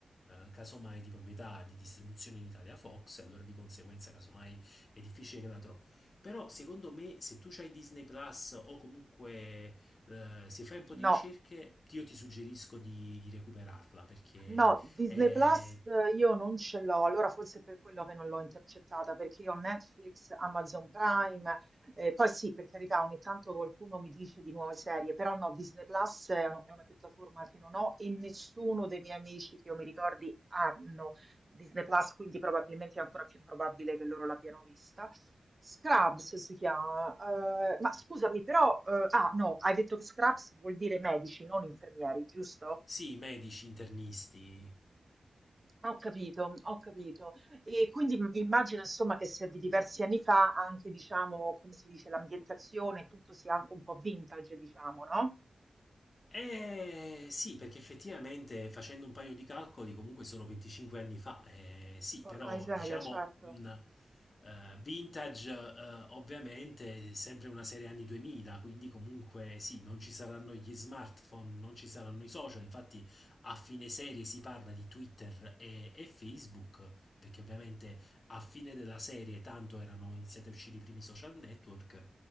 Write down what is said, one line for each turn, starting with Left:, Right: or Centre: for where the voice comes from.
Left: casomai di proprietà di distribuzione in Italia Fox, e allora di conseguenza casomai è difficile che la trovi. Però secondo me se tu hai Disney Plus o comunque eh, se fai un po'
Right: No.
Left: di ricerche, io ti suggerisco di, di recuperarla perché
Right: No, Disney
Left: è...
Right: Plus eh, io non ce l'ho, allora forse è per quello che non l'ho intercettata, perché io ho Netflix, Amazon Prime, eh, poi sì, per carità, ogni tanto qualcuno mi dice di nuove serie, però no, Disney Plus è, un- è una piattaforma che non ho e nessuno dei miei amici che io mi ricordi hanno Disney Plus, quindi probabilmente è ancora più improbabile che loro l'abbiano vista. Scrubs si chiama, eh, ma scusami, però, eh, ah no, hai detto che Scrubs vuol dire medici, non infermieri, giusto?
Left: Sì, medici, internisti,
Right: Ho capito, ho capito. E quindi m- immagino insomma che sia di diversi anni fa anche, diciamo, come si dice, l'ambientazione, tutto sia anche un po' vintage, diciamo, no?
Left: Eh sì, perché effettivamente facendo un paio di calcoli comunque sono 25 anni fa, eh, sì,
Right: Porca
Left: però
Right: miseria,
Left: diciamo
Right: certo.
Left: un eh, vintage eh, ovviamente è sempre una serie anni 2000, quindi comunque sì, non ci saranno gli smartphone, non ci saranno i social, infatti a fine serie si parla di Twitter e, e Facebook, perché ovviamente a fine della serie tanto erano iniziati a uscire i primi social network